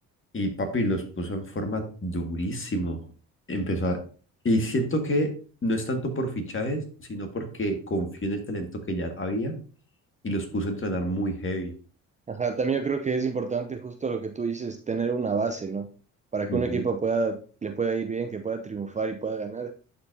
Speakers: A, on the left; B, on the right.
A: Y papi los puso en forma durísimo. Empezó a- Y siento que no es tanto por fichajes, sino porque confió en el talento que ya había y los puso a entrenar muy heavy.
B: Ajá, también yo creo que es importante justo lo que tú dices, tener una base, ¿no? Para que
A: Ujú.
B: un equipo pueda, le pueda ir bien, que pueda triunfar y pueda ganar.